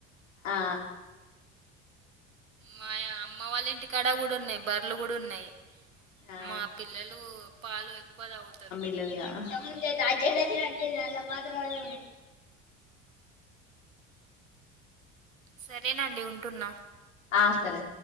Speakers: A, on the left (about 75°); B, on the right (about 80°).
A: ఆ
B: మా అమ్మ వాళ్ళ ఇంటి కడా కూడా ఉన్నాయి బర్లు కూడా ఉన్నాయి
A: ఆ
B: మా పిల్లలు పాలు ఎక్కువ తాగుతారు
A: ల్ ఇగ
B: సరేనండి ఉంటున్నా
A: ఆ సరే